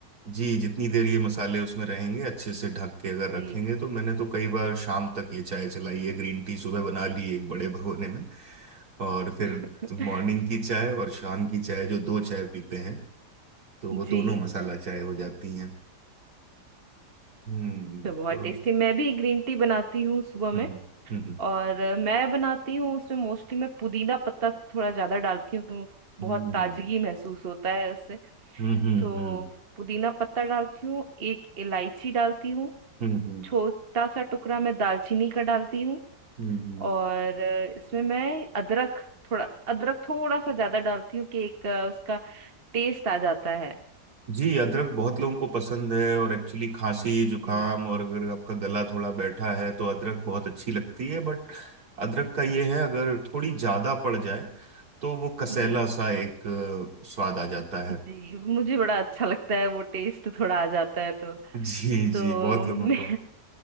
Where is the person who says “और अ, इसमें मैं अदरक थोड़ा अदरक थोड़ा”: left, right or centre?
Right